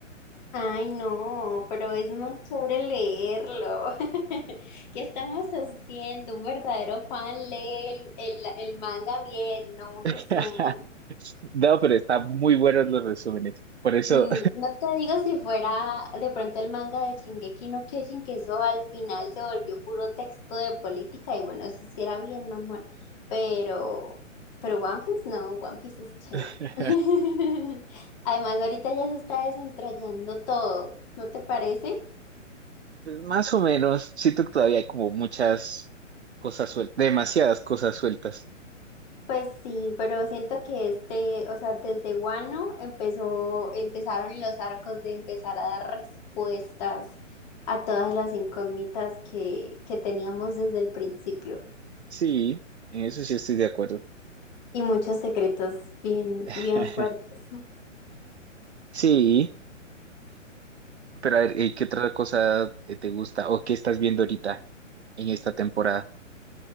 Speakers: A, on the left; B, on the right.
A: Ay, no, pero es muy chévere leerlo. <laughs> ¿Qué estamos haciendo? Un verdadero fan lee el, el- el manga bien, no un
B: <laughs>
A: resumen.
B: No, pero están muy buenos los resúmenes. Por eso,
A: Mm, No te digo si fuera de pronto el manga de Shingeki no Kyojin, que eso al final se volvió puro texto de política y bueno, eso sí era bien mamón, pero, pero One Piece no, One Piece es chévere.
B: <laughs>
A: <laughs> Además, ahorita ya se está desentrañando todo, ¿no te parece?
B: pues, más o menos, siento que todavía hay como muchas cosas sueltas, demasiadas cosas sueltas.
A: Pues sí, pero siento que este, o sea, desde Guano empezó, empezaron los arcos de empezar a dar respuestas a todas las incógnitas que, que teníamos desde el principio
B: Sí, en eso sí estoy de acuerdo.
A: y muchos secretos bien,
B: <laughs>
A: bien fuertes.
B: Sí. Pero a ver, eh, ¿qué otra cosa eh, te gusta o qué estás viendo ahorita en esta temporada?